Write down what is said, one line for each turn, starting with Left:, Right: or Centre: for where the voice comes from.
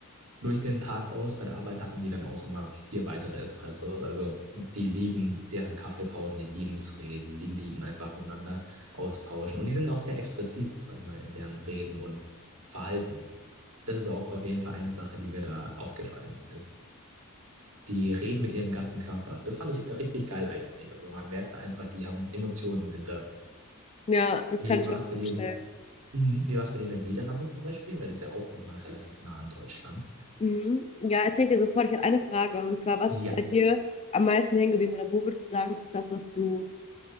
Right: durch den Tag aus bei der Arbeit hatten die dann auch immer vier weitere Espressos. Also die lieben deren Kaffeepausen, die lieben das Reden, die lieben einfach miteinander austauschen. Und die sind auch sehr expressiv, sag ich mal, in deren Reden und Verhalten. Das ist auch auf jeden Fall eine Sache, die mir da aufgefallen ist. Die reden mit ihrem ganzen Körper. Das fand ich richtig geil eigentlich. Also man merkt da einfach, die haben Emotionen hinter
Left: Ja, das
Right: Wie
Left: kann ich
Right: war
Left: mir
Right: es bei dir
Left: vorstellen.
Right: in, mhm. Wie war es bei dir in den Niederlanden zum Beispiel? Weil das ist ja auch nochmal relativ nah an Deutschland.
Left: Mhm. Ja, erzähl ich dir sofort. Ich hatte eine Frage. Und zwar, was
Right: Ja.
Left: ist bei dir am meisten hängen geblieben? Oder wo würdest du sagen, das ist das, was du